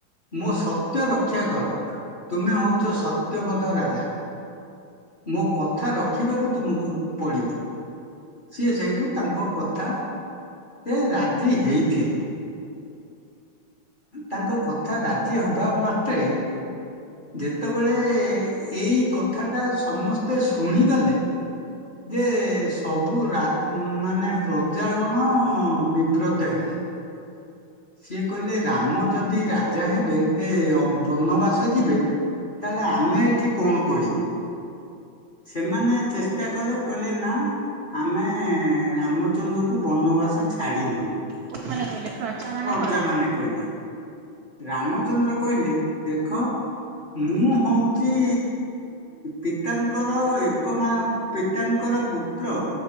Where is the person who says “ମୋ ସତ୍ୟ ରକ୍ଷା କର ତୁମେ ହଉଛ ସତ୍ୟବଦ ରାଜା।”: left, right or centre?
Left